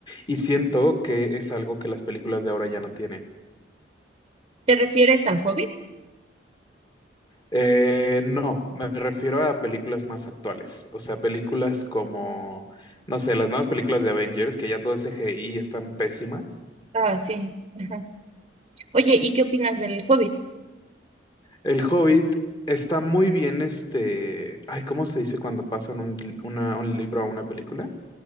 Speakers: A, on the left; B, on the right.
A: Y siento que es algo que las películas de ahora ya no tienen.
B: ¿Te refieres al Hobbit?
A: Eh, no, me refiero a películas más actuales, o sea, películas como, no sé, las nuevas películas de Avengers, que ya todo es CGI y están pésimas.
B: Ah, sí. Ajá. Oye, ¿y qué opinas del Hobbit?
A: El Hobbit está muy bien, este, ay, ¿cómo se dice cuando pasan un, una- un libro a una película?